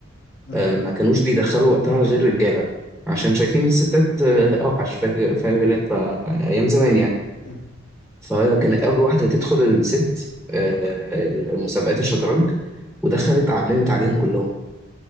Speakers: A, on the left; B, in the centre.
A: مم،
B: آه، ما كانوش بيدخلوا وقتها غير رجالة عشان شايفين الستات آه،
A: مم،
B: أوحش فاكر فاكر أنت آه، أيام زمان يعني
A: مم،
B: فهي
A: مم،
B: كانت أول واحدة تدخل الست آه، المسابقات
A: مم،
B: الشطرنج ودخلت علمت عليهم
A: مم،
B: كلهم